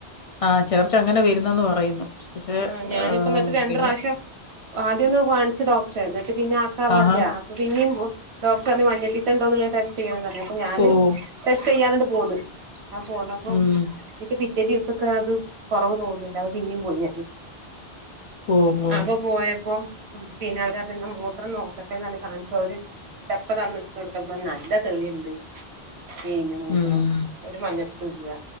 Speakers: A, on the left; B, on the right.
A: ആ ചിലർക്ക് അങ്ങനെ വരുന്നന്ന് പറയുന്നു. പക്ഷെ
B: ആ ഞാനിപ്പോന്നിട്ട്
A: ഏഹ്
B: രണ്ട്
A: പിന്നെ
B: പ്രാവശ്യം ആദ്യം ഒന്ന് കാണിച്ചു ഡോക്ടറെ എന്നിട്ട് പിന്നെ കവല്ല
A: ആഹാ
B: അപ്പൊ പിന്നിം ഡോക്ടർ പറഞ്ഞു, മഞ്ഞിട്ടീട്ടുണ്ടോന്ന്ള്ളത് ടെസ്റ്റ് ചെയ്യണം. എ അപ്പൊ ഞാന്
A: ഓഹ്
B: ടെസ്റ്റ് ചെയ്യാന് ഇങ്ങട്ട് പോന്ന് ഞൻ പോന്നപ്പോ
A: ഉം
B: എനിക്ക് പി ഈ ദിവസൊക്കെ അത് കുറവ് തോന്നില്ല, അപ്പൊ പിന്നേം പോയി ഞാൻ.
A: ഓഹ് ഓഹ്
B: അപ്പൊ പോയപ്പോ പിന്നെ അവര് പറഞ്ഞു എന്റെ മൂത്രം നോക്കട്ടെന്ന് പറഞ് കാണിച്ചു അവര് ടെപ്പ തന്ന് എടുത്ത് കൊടുത്തപ്പോ നല്ല തെളിയിണ്ട് കയിഞ്ഞ മൂത്രം
A: ഉം
B: ഒരു മഞ്ഞപിതോംല്ല്യ